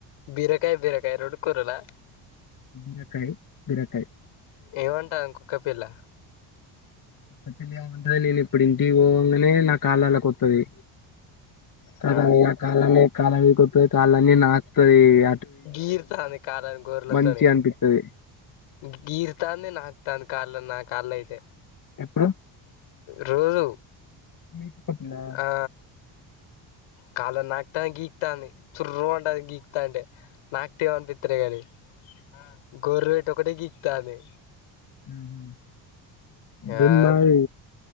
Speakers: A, on the left; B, on the left.
A: బీరకాయ్ బీరకాయ్ రోండు కూరలా
B: బీరకాయ్. బీరకాయ్.
A: ఏమంటాంది కుక్కపిల్ల.
B: కుక్క పిల్లేమంటది. నేను ఇప్పుడింటికి పోవంగానే నా కాళ్ళలో కొత్తది. కదల్నియా
A: ఆ
B: కాళ్ళని కాళ్ళ మీది కొత్తది. కాళ్ళన్ని నాకుతదిగ
A: గీర్తాంది కాళ్ళని గోర్లతోనే
B: మంచిగా అనిపిత్తది
A: గీ గీర్తాంది నాక్తాంది. కాళ్ళని నా కాళ్ళయితే
B: ఎప్పుడు
A: రోజు
B: మీకు ఒక పిల్లా?
A: ఆ కాళ్ళని నాకుతాంది గీ ర్ తాంది. సుర్రు మాంటాంది గీకు తాంటే నాక్తేమని పిత్తలే కాని ఆ గొర్రెటోకదే గీక్తాంది.
B: ఆహా. దీన్మాయ్
A: ఆ